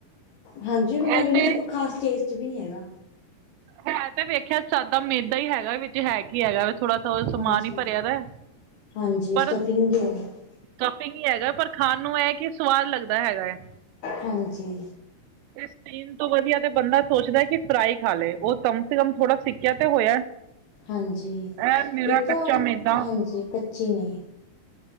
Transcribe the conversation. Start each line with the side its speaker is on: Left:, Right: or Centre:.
Left: ਹਾਂਜੀ,
Right: ਇਹ
Left: ਮੈਨੂੰ ਲੱਗਦਾ ਇਹਨਾਂ
Right: ਤੇ
Left: ਚ ਕੋਈ ਟੇਸਟ ਨੀ ਹੈਗਾ।
Right: ਹੈ ਤੇ ਵੇਖਿਆ ਸਾਦਾ ਮੇਦਾਂ ਹੀ ਹੈਗਾ ਵਿੱਚ ਹੈ ਕੀ ਹੈਗਾ ਥੋੜਾ ਸਮਾਨ
Left: ਹਾਂਜੀ
Right: ਹੀ ਭਰਿਆ ਦਾ
Left: ਹਾਂਜੀ
Right: ਪਰ
Left: ਸਟਫਿੰਗ ਹੈ
Right: ਸਟੈਫਿੰਗ ਹੀ ਹੈਗਾ, ਪਰ ਖਾਣ ਨੂੰ ਇਹ ਕਿ ਸਵਾਦ ਲੱਗਦਾ ਹੈਗਾ ਹੈ।
Left: ਹਾਂਜੀ।
Right: ਇਹ ਸਟੀਮ ਤੋਂ ਵਧੀਆ ਤੇ ਬੰਦਾ ਸੋਚਦਾ ਕਿ ਫਰਾਈ ਖਾ ਲਏ। ਉਹ ਕਮ ਸੇ ਕਮ ਥੋੜਾ ਸਿੱਕਿਆ ਤੇ ਹੋਇਆ।
Left: ਹਾਂਜੀ,
Right: ਐ ਮੇਰਾ
Left: ਇਹ ਤਾਂ
Right: ਕੱਚਾ ਮੇਦਾ
Left: ਹਾਂਜੀ ਕੱਚੇ ਨੇ।